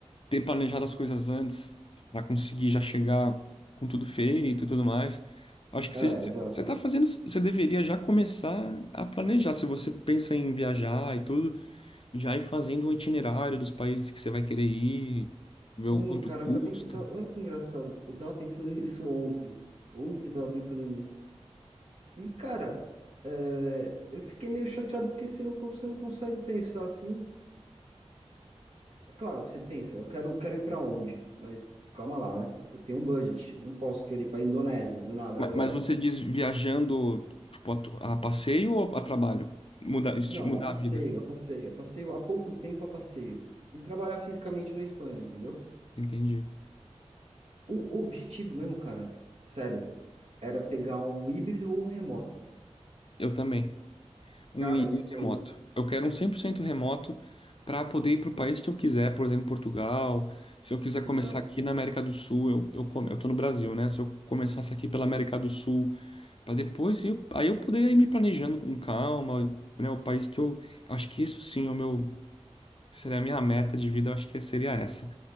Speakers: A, on the left; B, on the right.
A: ter planejado as coisas antes para conseguir já chegar com tudo feito e tudo mais. Acho que
B: Ah,
A: você,
B: exato.
A: você tá fazendo, você deveria já começar a planejar. Se você pensa em viajar e tudo, já ir fazendo um itinerário dos países que você vai querer ir, ver
B: Sim,
A: o quanto
B: cara,
A: custa.
B: eu acabei. Eu tava, olha que engraçado. Eu tava pensando <laughs> nisso ontem. Ontem eu tava pensando nisso. E, cara, é, eu fiquei meio chateado porque você não, você não consegue pensar assim. Claro, você pensa, eu quero, quero ir pra onde? Mas calma lá, né? Eu tenho um budget. Não posso querer ir pra Indonésia do nada
A: Ma-
B: agora.
A: Mas você diz viajando, tipo, a tu- a passeio ou a trabalho? Mudar, esti-
B: Não,
A: mudar
B: a passeio,
A: a vida.
B: a passeio, a passeio, há pouco tempo a passeio. E trabalhar fisicamente na Espanha, entendeu?
A: Entendi.
B: O, o objetivo mesmo, cara, sério, era pegar um híbrido ou um remoto.
A: Eu também. Um,
B: Cara,
A: i-
B: isso
A: um
B: daí
A: remoto. Eu quero um 100% remoto para poder ir para o país que eu quiser, por exemplo, Portugal. Se eu quiser
B: Exato.
A: começar aqui na América do Sul, eu, eu, come- eu tô no Brasil, né? Se eu começasse aqui pela América do Sul, para depois, eu, aí eu poderia ir me planejando com calma, né? O país que eu. Acho que isso sim é o meu. Seria a minha meta de vida, eu acho que seria essa.